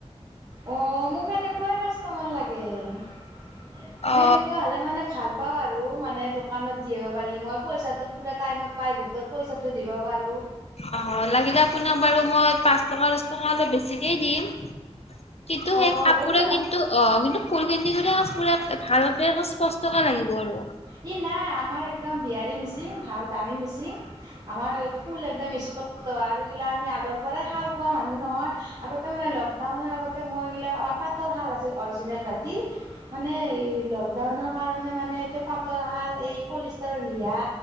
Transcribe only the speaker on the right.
অ', মোক সেনেকুৱাই কাষ্টমাৰ লাগ গে মই
এনেকুৱা হ'লে মানে ভাল পাওঁ আৰু, মানে দোকানত যি হয় পালে মই পইচাটো পুৰা টাইমত পাই গোটত পইচাটো দিব পাৰোঁ।
অ
হ'ব দিয়ক
ই নাই আমাৰ একদম বিহাৰী মেচিন ভাল দামী মেচিন আমাৰ ফুল একদম স্পষ্ট আৰু ইগিলা আমি আগৰ পৰাই শাল বোৱা মানুহ নহয় আগতে মানে লগ তাহুনৰ আগতে মৈ গিলাক আমাৰ পাতৰ হাল আছে অৰ্জিনেল ভাতি, মানে ই লোক দাউনত কাৰণে মানে এইটো পাতৰ হাল এই পলিষ্টাৰৰ ৰিহা